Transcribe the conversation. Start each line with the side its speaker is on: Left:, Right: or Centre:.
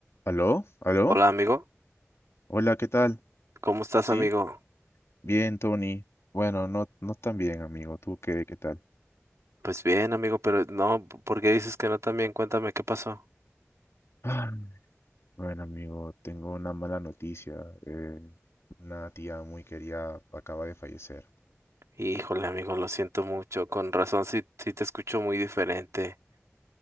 Left: ¿Aló? ¿Aló?
Right: Hola amigo,
Left: Hola, ¿qué tal?
Right: ¿cómo estás
Left: Sí,
Right: amigo?
Left: bien, Tony. Bueno, no, no tan bien, amigo. ¿Tú qué, qué tal?
Right: Pues bien amigo, pero no, ¿por qué dices que no también? Cuéntame qué pasó.
Left: Ah, Bueno, amigo, tengo una mala noticia. Eh, una tía muy querida acaba de fallecer.
Right: Híjole amigo, lo siento mucho, con razón sí, sí te escucho muy diferente.